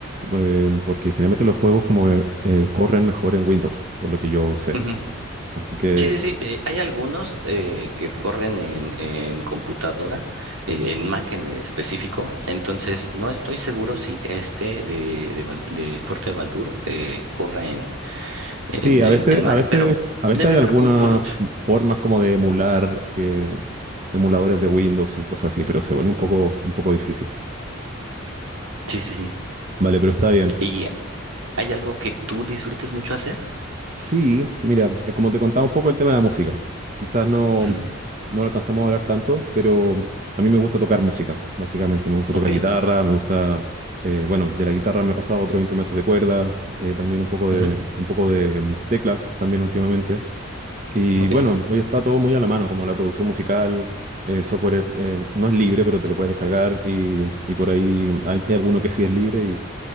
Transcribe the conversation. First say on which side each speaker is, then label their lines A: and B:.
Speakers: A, on the right; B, on the right.
A: eh, porque generalmente los juegos como que, eh, corren mejor en Windows, por lo que yo sé.
B: Ujú.
A: Así que
B: Sí, sí, sí. eh, hay algunos eh, que corren en, en computadora, eh, en Mac en específico. Entonces, no estoy seguro si este de, de, Val- de Puerto de Baldur eh, corra en, en,
A: sí, a
B: en,
A: veces,
B: en Mac,
A: a veces,
B: pero
A: a veces
B: debe
A: hay
B: haber
A: algunas
B: un port.
A: f- formas como de emular que emuladores de Windows y cosas así, pero se vuelve un poco, un poco difícil.
B: Sí, sí, sí.
A: Vale, pero está bien.
B: ¿Y hay algo que tú disfrutes mucho hacer?
A: Sí, mira, eh, como te contaba un poco el tema de la música. Quizás no.
B: Ujú.
A: no alcanzamos a hablar tanto, pero a mí me gusta tocar música, básicamente. Me gusta
B: Ok.
A: tocar guitarra, me gusta, eh, bueno, de la guitarra me he pasado a otros instrumentos de cuerda, eh, también un poco de,
B: Ujú.
A: un poco de mm, teclas también últimamente. Y
B: Ok.
A: bueno, hoy está todo muy a la mano, como la producción musical, el software eh, no es libre, pero te lo puedes descargar y, y por ahí hay, hay alguno que sí es libre